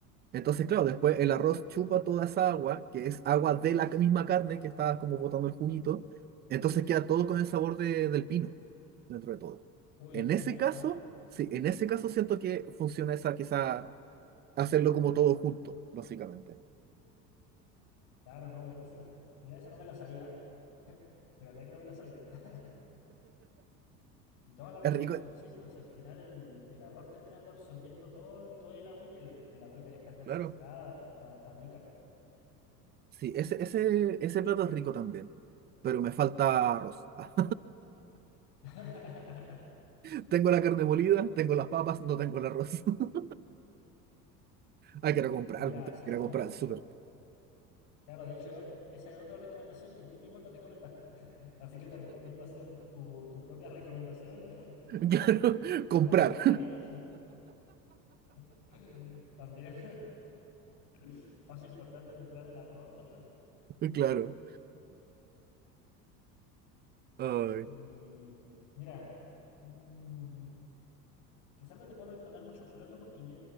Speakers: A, on the right (about 20°); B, on the left (about 65°).
A: Entonces, claro, después el arroz chupa toda esa agua, que es agua de la misma carne que estaba como botando el juguito. Entonces queda todo con el sabor de- del pino dentro de todo.
B: Uy,
A: En
B: buena
A: ese
B: esa.
A: caso,
B: ¿eh?
A: sí, en ese caso siento que funciona esa, quizá hacerlo como todo junto, básicamente.
B: Claro, no, buenísima. Mira, esa no me la sabía. ¿ah? De verdad que no me la sabía. <laughs> Y toda la razón,
A: Es rico,
B: pues sí, porque si al final el, el arroz terminando absorbiendo todo el, todo el agüita, el, el agüita ya está concentrada,
A: claro.
B: está, está rica.
A: Sí, ese, ese, ese plato es rico también, pero me falta arroz. Ah,
B: <laughs>
A: <laughs> tengo la carne molida, tengo las papas, no tengo el arroz. <laughs> Hay que ir a comprarlo,
B: Mira,
A: tengo
B: así
A: que
B: como...
A: ir a comprar al súper. <laughs>
B: Claro, de hecho, hay ot- esa es otra recomendación que tú mismo te recomendaste. <laughs> Así que te recomiendo hacer tu, tu propia recomendación <laughs>
A: Claro,
B: Estaría
A: comprar,
B: buena. <laughs> También. <laughs> Paso importante comprar el arroz.
A: <laughs> claro. Ay.
B: Y mira, mm, quizás no te puedo recomendar muchos platos porque ya-